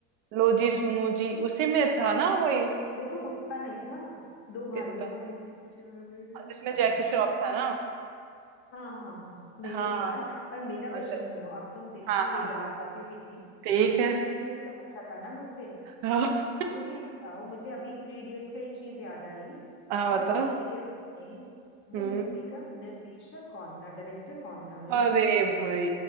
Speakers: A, on the right; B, on the left.
A: लो जी सुनो जी उसी में था ना वही
B: वो तो उसका नहीं था दो भाइयों
A: किसका
B: वाली पिक्चर
A: जिसमें
B: पता
A: जैकी
B: नहीं कौन
A: श्रॉफ
B: सी थी
A: था
B: यार
A: ना
B: हाँ हाँ हाँ नहीं
A: हाँ
B: वो नहीं याद पर मेरा
A: अच्छा
B: क्वेश्चन
A: अच्छा
B: सुनो अब तुम देखती
A: हाँ
B: हो ये
A: हाँ
B: बता
A: हाँ
B: पाती हो कि नहीं
A: ठीक
B: तुमने
A: है
B: थ्री इडियट्स का पूछा था ना मुझसे
A: हाँ
B: अब मुझे ये बताओ मुझे अभी थ्री इडियट्स का एक चीज याद आई
A: हाँ
B: कि
A: बताओ
B: थ्री इडियट्स में
A: हम्म
B: वो मूवी का निर्देशक कौन था डायरेक्टर कौन था भाई
A: अरे भाई